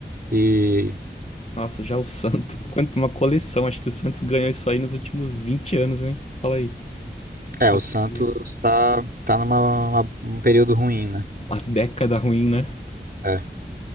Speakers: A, on the right; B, on the left.
A: E
B: Nossa, já o Santos. <laughs> Quanto uma coleção. Acho que o Santos ganhou isso aí nos últimos 20 anos, hein? Fala aí.
A: É,
B: Tá
A: o Santos
B: fria.
A: está tá tá numa uma- um período ruim, né?
B: A década ruim, né?
A: É.